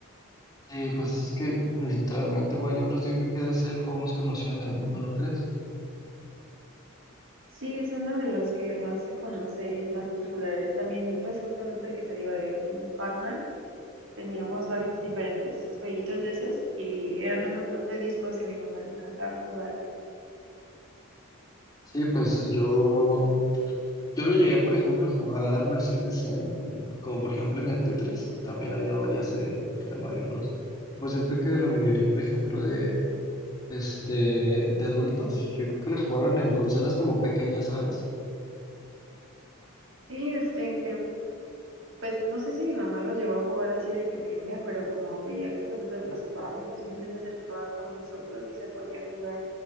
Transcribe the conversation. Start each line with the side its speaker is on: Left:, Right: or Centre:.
Left: Sí, pues es que literalmente Mario Bros. yo creo que debe ser el juego más conocido en el mundo, ¿no crees?
Right: Sí, es uno de los que más se conoce y es más popular. Es también, pues justamente el que te digo de, el de Pac-Man. Teníamos varios diferentes jueguitos de esos y eran un montón de discos y a mi mamá le encantaba jugar.
Left: Sí, pues yo, yo lo llegué, por ejemplo, a jugar versiones en, como por ejemplo en el Tetris, también había varias de, de Mario Bros. Pues yo creo que la mayoría, por ejemplo, de, Este, de adultos, yo creo que lo jugaron en consolas como pequeñas, ¿sabes?
Right: Sí, este, Pues no sé si mi mamá los llevó a jugar así de pequeña, pero como veía que nosotros los jugábamos, siempre se acercaba con nosotros y se ponía a jugar.